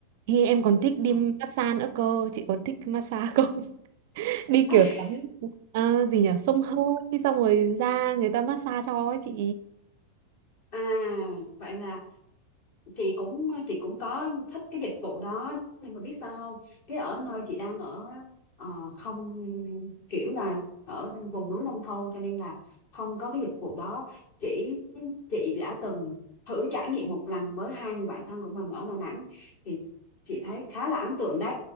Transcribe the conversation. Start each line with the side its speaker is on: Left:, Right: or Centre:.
Right: thì em còn thích đi
Left: Ờ.
Right: massage nữa cơ chị có thích massage không đi
Left: <laughs>
Right: kiểu tắm à, gì nhỉ xông hơi xong rồi ra người ta massage cho ấy chị
Left: à vậy là Chị cũng chị cũng có thích cái dịch vụ đó nhưng mà biết sao không Cái ở nơi chị đang ở ờ, không kiểu là ở vùng núi nông thôn cho nên là không có cái dịch vụ đó. Chỉ chị đã từng thử trải nghiệm một lần với hai người bạn thân của mình ở Đà Nẵng thì chị thấy khá là ấn tượng đấy.